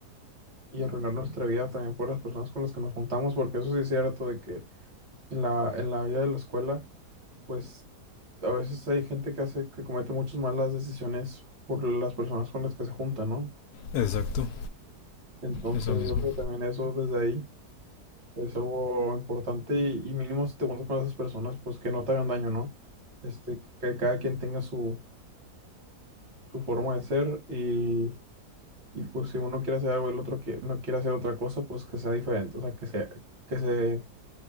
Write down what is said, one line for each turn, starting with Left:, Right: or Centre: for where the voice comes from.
Right: y arruinar nuestra vida también por las personas con las que nos juntamos, porque eso sí es cierto de que en la, en la vida de la escuela, pues a veces hay gente que hace, que comete muchas malas decisiones por las personas con las que se junta, ¿no?
Left: exacto,
Right: Entonces
Left: eso mismo.
Right: yo creo que también eso desde ahí es algo importante y, y mínimo si te juntas con esas personas, pues que no te hagan daño, ¿no? Este, que cada quien tenga su su forma de ser y, y, pues si uno quiere hacer algo, el otro que no quiere hacer otra cosa, pues que sea diferente, o sea, que sea, que se,